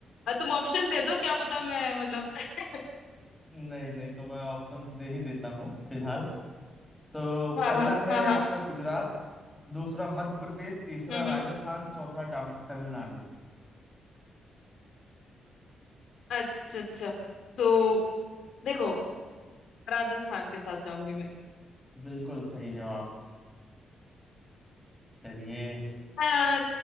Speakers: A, on the left; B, in the centre.
A: अ, तुम ऑप्शन दे दो क्या पता मैं मतलब <laughs>
B: नहीं नहीं तो मैं ऑप्शंस दे ही देता हूँ फिलहाल तो
A: हाँ
B: पहला
A: हाँ
B: है
A: हाँ हाँ
B: आपका गुजरात दूसरा मध्य प्रदेश तीसरा
A: हम्म हम्म।
B: राजस्थान चौथा तम- तमिलनाडु
A: अच्छा अच्छा तो देखो राजस्थान के साथ जाऊंगी मैं
B: बिल्कुल सही जवाब चलिए
A: अ,